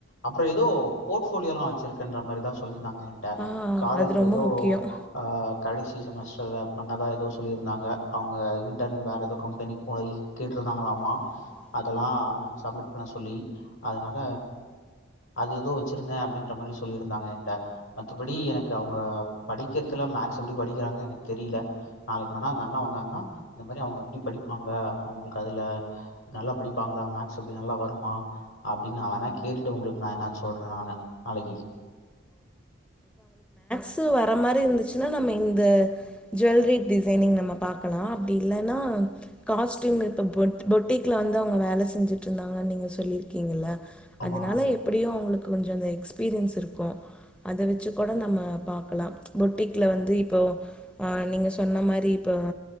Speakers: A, on the left (about 85°); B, in the centre.
A: அப்பறம் ஏதோ போர்ட்ப போலியோலாம் வச்சிருக்கன்ற மாரி தான் சொல்லிருந்தாங்க ட்ட
B: ஆ
A: காலேஜ்ல
B: அது ரொம்ப
A: ஏதோ
B: முக்கியம்
A: ஆ கடைசி செமஸ்டரில் பண்ணதான் ஏதோ சொல்லியிருந்தாங்க அவுங்க இன்டர்ன் வேற ஏதோ கம்பெனிக்கு போய் கேட்டுருந்தாங்களாமா
B: ஆ ஆமா
A: அதெல்லாம் சப்மிட் பண்ண சொல்லி அதனால அது ஏதோ வச்சிருந்தேன் அப்டின்ற மாரி சொல்லியிருந்தாங்க என்கிட்ட மத்தபடி எனக்கு அவுங்க படிக்கிறதுல மேக்ஸ் எப்டி படிக்கிறாங்க எனக் தெரில நாளைக்கு வேணா அந்த அண்ணா வந்தாங்கன்னா இந்த மாதிரி அவுங்க எப்டி படிப்பாங்க அவுங்களுக்கு அதுல நல்லா படிப்பாங்களா மேக்ஸ் எப்டி நல்லா வருமா அப்ப நான் வேணா கேட்டுட்டு உங்களுக்கு நான் என்னன்னு சொல்றேன் நான் நாளைக்கு
B: சூ வர மாரி இருந்துச்சுன்னா நம்ம இந்த ஜுவல்லரி டிசைனிங் நம்ம பாக்கலாம் அப்டி இல்லைன்னா காஸ்ட்டியூம் இப்ப பொட்டிக்ல வந்து அவங்க வேலை செஞ்சுட்டு இருந்தாங்கன்னு நீங்க சொல்லிருக்கீங்கல்ல
A: ஆமா.
B: அதுனால எப்படியு உவங்களுக்கு கொஞ்ச அந்த எக்ஸ்பீரியன்ஸ் இருக்கு அத வச்சு கூட நம்ம பார்க்கலாம் பொட்டிகல வந்து இப்போ ஆ நீங்க சொன்ன மாரி இப்ப